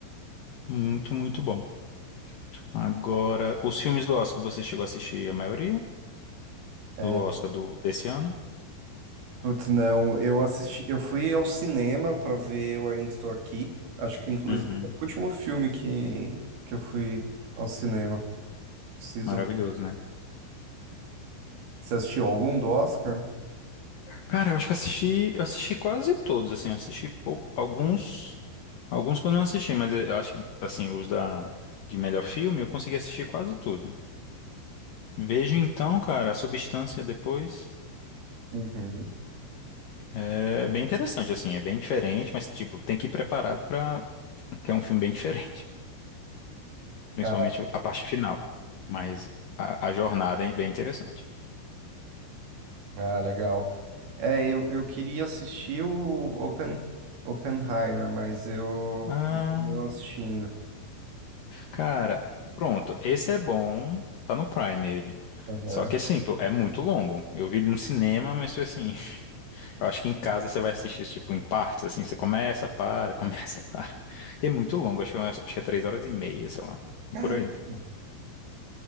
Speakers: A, on the left (about 65°); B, on the right (about 55°).
A: muito, muito bom. Agora, os filmes do Oscar, você chegou a assistir a maioria?
B: É,
A: Do Oscar do, desse ano?
B: putz, não, eu assisti, eu fui ao cinema para ver Eu Ainda Estou Aqui. Acho que inclusive
A: Uhum.
B: foi o último filme que, que eu fui ao cinema. Preciso.
A: Maravilhoso, né?
B: Você assistiu algum do Oscar?
A: Cara, eu acho que assisti, eu assisti quase todos, assim, eu assisti pou- alguns, alguns que eu não assisti, mas eu acho que, assim, os da, de melhor filme, eu consegui assistir quase tudo. Vejo então, cara, a substância depois.
B: Uhum.
A: É bem interessante, assim, é bem diferente, mas, tipo, tem que ir preparado pra. que é um filme bem diferente, <laughs> principalmente
B: Ah,
A: a parte final. Mas a, a jornada é bem interessante.
B: ah, legal. É, eu, eu queria assistir o Open, Oppenheimer, mas eu
A: Ah,
B: não assistindo.
A: Cara, pronto. Esse é bom. Tá no Prime ele.
B: Aham.
A: Só que assim, pô, é muito longo. Eu vi ele no cinema, mas foi assim. <laughs> Eu acho que em casa você vai assistir, tipo, em partes, assim. Você começa, para, <laughs> começa, para. é muito longo. Acho que, é umas- acho que é três horas e meia, sei lá.
B: Caramba.
A: Por aí.